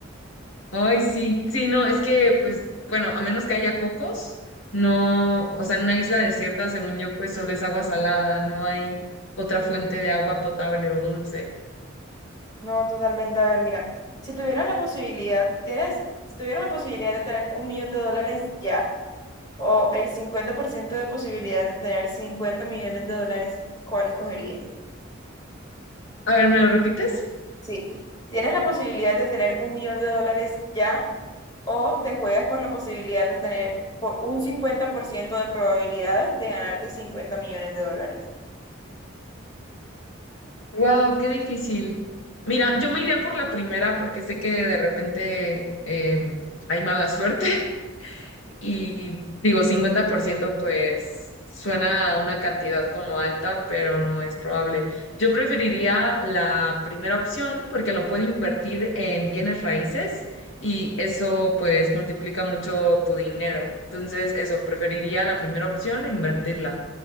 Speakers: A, on the left; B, on the left.
A: Ay, sí, sí, no, es que, pues, bueno, a menos que haya cocos, no, o sea, en una isla desierta, según yo, pues solo es agua salada, no hay otra fuente de agua potable o dulce.
B: No, totalmente. A ver, mira, si tuvieras la posibilidad, tienes, si tuvieras la posibilidad de tener un millón de dólares ya, o el 50% de posibilidad de tener cincuenta millones de dólares, ¿cuál escogerías?
A: A ver, ¿me lo repites?
B: Sí, tienes la posibilidad de tener un millón de dólares ya o te juegas por la posibilidad de tener por un 50% de probabilidades de ganarte cincuenta millones de dólares.
A: Wow, qué difícil. Mira, yo me iría por la primera porque sé que de repente eh, hay mala suerte <laughs> y digo, 50%, pues suena a una cantidad como alta, pero no es probable. Yo preferiría la primera opción porque lo puedo invertir en bienes raíces y eso pues multiplica mucho tu dinero. Entonces, eso, preferiría la primera opción e invertirla.